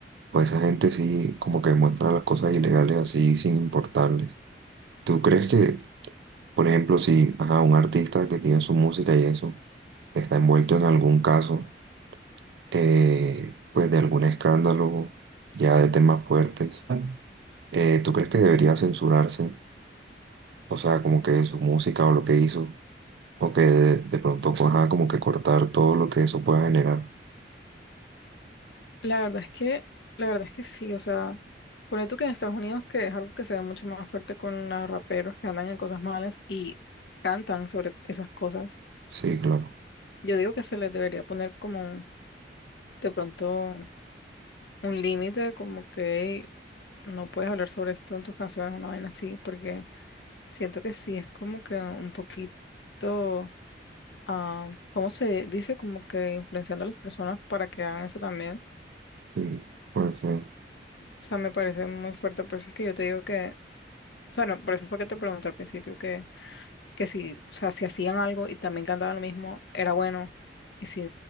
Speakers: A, on the right; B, on the left.
A: pues, esa gente sí como que muestra las cosas ilegales así sin importarles. ¿Tú crees que, por ejemplo, si ajá, un artista que tiene su música y eso está envuelto en algún caso? eh, pues de algún escándalo ya de temas fuertes, eh, ¿tú crees que debería censurarse? O sea, como que su música o lo que hizo, o que de, de pronto, pues, ajá, como que cortar todo lo que eso pueda generar.
B: La verdad es que, la verdad es que sí, o sea, por tú que en Estados Unidos, que es algo que se ve mucho más fuerte con los raperos que andan en cosas malas y cantan sobre esas cosas,
A: Sí, claro.
B: yo digo que se les debería poner como de pronto un límite, como que "Ey, no puedes hablar sobre esto en tus canciones, una vaina así, porque siento que sí es como que un poquito ah, ¿cómo se dice? Como que influenciando a las personas para que hagan eso también.
A: Sí, puede ser.
B: O sea, me parece muy fuerte, por eso es que yo te digo que, bueno, por eso fue que te pregunté al principio que, que si, o sea, si hacían algo y también cantaban lo mismo, era bueno, y si